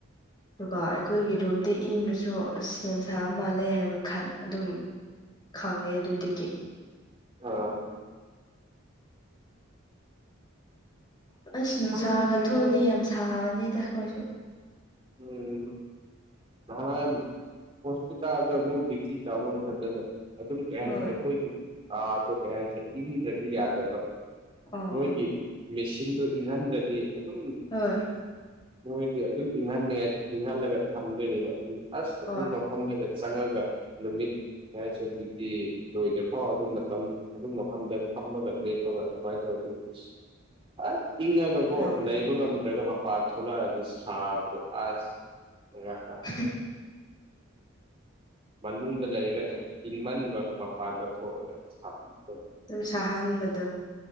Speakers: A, on the left; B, on the right.
A: ꯑꯗꯨꯒ ꯑꯩꯈꯣꯏꯒꯤ ꯔꯨꯝꯗꯤ ꯏꯪꯉꯁꯨ ꯁꯣ ꯁꯦꯝ ꯁꯥꯕ ꯃꯥꯜꯂꯦ ꯍꯥꯏꯕ ꯈꯟ ꯑꯗꯨꯝ ꯈꯪꯉꯦ ꯑꯗꯨꯗꯒꯤ
B: ꯑꯥ
A: ꯑꯁ ꯅꯨꯡꯁꯥꯒ
B: ꯈꯪꯗ꯭ꯔꯦꯗ
A: ꯊꯣꯛꯑꯗꯤ ꯌꯥꯝ ꯁꯥꯕꯅꯤꯗ ꯑꯈꯣꯏꯁꯨ
B: ꯎꯝ ꯅꯍꯥꯟ ꯍꯣꯁꯄꯤꯇꯥꯜꯗ ꯅꯪ ꯗ꯭ꯌꯨꯇꯤ ꯇꯧꯕ ꯃꯇꯝꯗꯅ ꯑꯗꯨꯝ ꯀꯩ ꯍꯥꯏꯁꯤꯔ
A: ꯍꯣꯏ
B: ꯑꯩꯈꯣꯏꯒꯤ ꯀꯥꯗꯣ ꯀꯩ ꯍꯥꯏꯁꯤꯔ ꯏꯪꯗ꯭ꯔꯗꯤ ꯌꯥꯗꯕ꯫
A: ꯑꯣ
B: ꯃꯣꯏꯒꯤ ꯃꯦꯁꯤꯟꯗꯨ ꯏꯪꯍꯟꯗ꯭ꯔꯗꯤ ꯑꯗꯨꯝ
A: ꯍꯣꯏ
B: ꯃꯣꯏꯗꯤ ꯑꯗꯨꯝ ꯏꯪꯍꯟꯂꯦ ꯏꯪꯍꯜꯂꯒ ꯊꯝꯗꯣꯏꯅꯦꯕ ꯑꯁ ꯑꯗꯨ
A: ꯍꯣꯏ
B: ꯐꯝꯗꯒ ꯆꯪꯉꯒ ꯅꯨꯃꯤꯠ ꯀꯩ ꯍꯥꯏꯁꯤꯔ ꯗ꯭ꯌꯨꯇꯤ ꯂꯣꯏꯗ꯭ꯔꯤꯐꯥꯎ ꯑꯗꯨꯝ ꯃꯇꯝ ꯑꯗꯨ ꯃꯐꯝꯗ ꯐꯝꯃꯒ ꯂꯦꯞꯄꯒ ꯑꯗꯨꯃꯥꯏꯅ ꯇꯧꯔꯗꯤ ꯏꯁ ꯑꯥꯏ ꯏꯪꯉꯒꯀꯣ
A: ꯎꯝ
B: ꯂꯩꯕ ꯉꯝꯗ꯭ꯔꯒ ꯃꯄꯥꯟ ꯊꯣꯛꯂꯛꯑꯗꯤ ꯁꯥꯕꯗꯣ ꯑꯁ <inaudible>
A: <unintelligible>
B: ꯃꯅꯨꯡꯗ ꯂꯩꯔꯒꯅ ꯏꯪꯃꯟꯕ ꯃꯄꯥꯟꯗ ꯊꯣꯛꯑꯒ ꯁꯥꯄꯤꯄ
A: ꯥꯑꯗꯨꯝ ꯁꯥꯍꯟꯕꯗꯣ